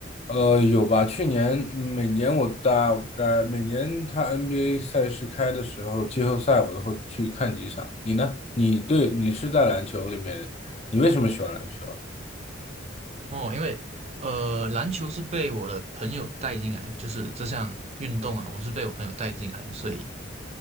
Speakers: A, on the left; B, on the right.
A: 呃，有吧？去年每年我大概每年他 NBA 赛事开的时候，季后赛我都会去看几场。你呢？你对你是在篮球里面，你为什么喜欢篮球啊
B: 哦，因为呃，篮球是被我的朋友带进来，就是这项运动啊，我是被我朋友带进来的，所以